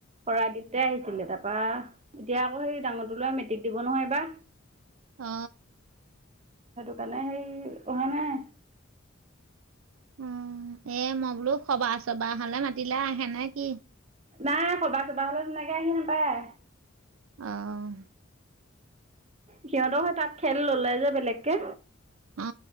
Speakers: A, on the right; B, on the right.
A: শৰাই দিওতে আহিছিলে তাপা এতিয়া
B: অ
A: আকৌ সেই ডাঙৰটো ল'ৰা মেট্ৰিক দিব নহয় এইবা।
B: অ।
A: সেইকাৰণে সেই অহা নাই।
B: অ, এ মই বোলো সবাহ-চবাহ হলে মাতিলে আহে নে কি?
A: নাই সবা-চবা হ'লে তেনেকে আহি নাপায়।
B: অহ।
A: সিহঁতও হেই তাক খেল ল'লে যে বেলেগকে।
B: অ,